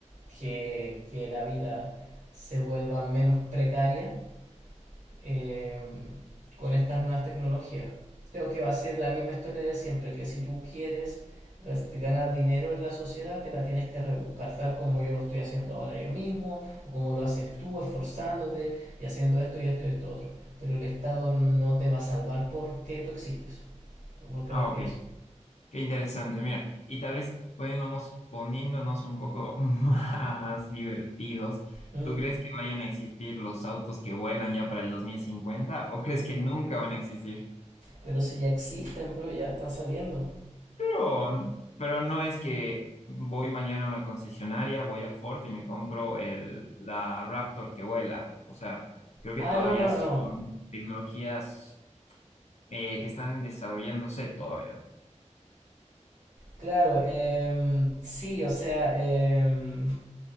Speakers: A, on the right (about 80°); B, on the left (about 65°).
A: que, que la vida se vuelva menos precaria eh, con estas nuevas tecnologías. Creo que va a ser la misma historia de siempre, que si tú quieres gas- ganar dinero en la sociedad, te la tienes que rebuscar, tal como yo lo estoy haciendo ahora yo mismo, o como lo haces tú, esforzándote y haciendo esto y esto y esto otro. Pero el Estado no te va a salvar porque tú existes, porque
B: Ah,
A: respiras.
B: ok. Qué interesante, mira. Y tal vez poniéndonos, poniéndonos un poco <laughs> más divertidos.
A: Mm.
B: ¿Tú crees que vayan a existir los autos que vuelan ya para el 2050 o crees que nunca van a existir?
A: Pero si ya existen, bro, ya están saliendo.
B: Pero, pero no es que voy mañana a una concesionaria, voy a Ford y me compro el, la Raptor que vuela. O sea, creo
A: Ah,
B: que todavía
A: no, no,
B: son
A: no.
B: tecnologías eh, que están desarrollándose todavía.
A: Claro, em, sí, o sea, em,